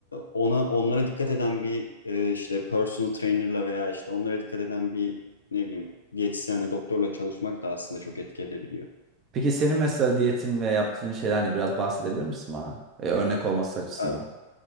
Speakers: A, on the left; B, on the right.
A: ona onlara dikkat eden bir e, işte personal trainer'la veya işte onlara dikkat eden bir ne bileyim diyetisyenle doktorla çalışmak da aslında çok etki edebiliyor.
B: Peki senin mesela diyetin ve yaptığın şeylerle biraz bahsedebilir misin bana? Ee, örnek olması açısından.
A: E,